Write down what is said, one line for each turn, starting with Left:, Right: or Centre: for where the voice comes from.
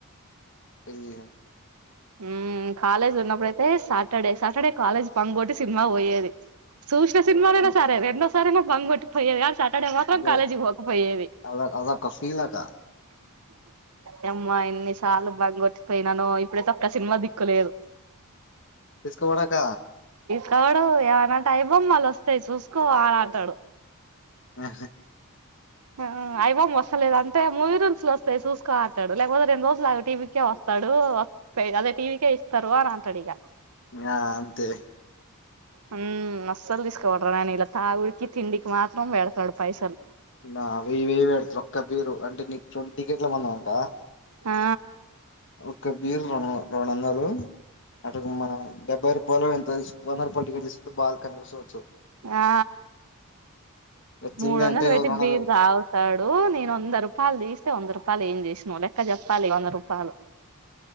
Left: పెళ్ళిక
Right: మ్ కాలేజ్ ఉన్నప్పుడయితే సాటర్డే సాటర్డే కాలేజ్ బంక్కొటి సినిమా పోయేది చూసిన సినిమాలయినా
Left: ఉమ్,
Right: సరే రెండోసారి అయిన బంక్కొటి పోయేది గాని తడే మాత్రం
Left: ఇక
Right: కాలేజీకి పోకపోయేవి
Left: అద అదొక ఫీల్ అక్క
Right: యమ్మా ఎన్నిసార్లు బంగొట్టిపోయినానో ఇప్పుడైతే ఒక్క సినిమా దిక్కులేదు
Left: తీస్కపోనక్క
Right: తడు ఏవనా టైము మళ్ళ వస్తే చూసుకో అని అంటాడు
Left: ఆ
Right: ఆ ఐ బొమ్మ వస్తలేదు అంటే మూవీ రూల్స్లో వస్తాయి చూసుకో అంటాడు లేపోతే రెండు రోజులు ఆగు టీవీకే వస్తాడు పో పే అదే టివీకే ఇస్తారు అని అంటాడు ఇగ
Left: ఆ అంతే
Right: ఉమ్ అస్సలు తీస్కపోడ్ర అయిన ఇలా తాగుడికి తిండికి మాత్రం పెడతడు పైసలు
Left: నా వెయ్యి వెయ్యి పెడతను ఒక్క పేరు అంటే నీక్ రెండు టికెట్లు మందామంట
Right: ఆ
Left: ఒక్క బీర్లోన రెండు వందలు అటుకు మనం డెబ్బై రూపాలో ఎంతో తీస్ వంద రూపాల టికెట్ తీస్కొని బాల్కని కూర్చోచ్చు
Right: ఆ
Left: వచ్చిందంటే
Right: మూడు వందలు
Left: నువ్వు
Right: పెట్టి
Left: రుణాలు
Right: బీరు తాగుతాడు నేను వంద రూపాలు తీస్ వంద రూపాలు ఏం జేసినవు లెక్క జేప్పాలి వంద రూపాలు